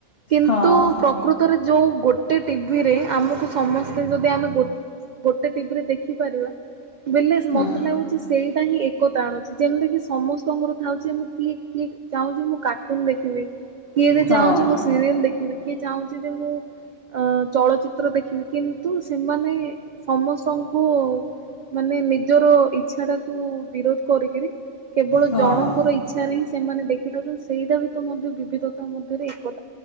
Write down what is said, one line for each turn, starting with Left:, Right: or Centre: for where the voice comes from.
Right: କିନ୍ତୁ
Left: ହଁ
Right: ପ୍ରକୃତି ଯୋଉ ଗୋଟେ ଟିଭିରେ ଆମକୁ ସମସ୍ତେ ଯଦି ଆମେ ଗୋଟେ ଟିଭିରେ ଦେଖିପାରିବା। ବଲେ
Left: ଉଁ,
Right: ମତେ ଲାଗୁଛି ସେଇ ହ ଏକ ଆଣୁଛି ଯେମିତି କି ସମସ୍ତଙ୍କର ଥାଉଛି ମୁଁ କିଏ କିଏ ଚାହୁଁଛି ମୁଁ କାର୍ଟୁନ ଦେଖିବି। କିଏେ
Left: ହଁ
Right: ଯାଉଛି ମୁଁ ସିରିୟଲ ଦେଖିବି। କିଏ ଚାହୁଁଛି ଯେ ମୁଁ ଅ ଚଳଚିତ୍ର ଦେଖିବି କିନ୍ତୁ ସେମାନେ ସମସ୍ତଙ୍କୁ ମାନେ ନିଜର। ଇଚ୍ଛାଟାକୁୁ ବିରୋଧ। କରିକିରି। କେବଳ
Left: ହଁ
Right: ଜଣଙ୍କର
Left: ହଁ
Right: ଇଚ୍ଛା ନାହିଁ। ସେମାନେ ଦେଖିଥାଉଛନ୍ତି ସେଇଟା ବି ତ ମଧ୍ୟ ବିବିଧତା ମଧ୍ୟରେ ଏକ।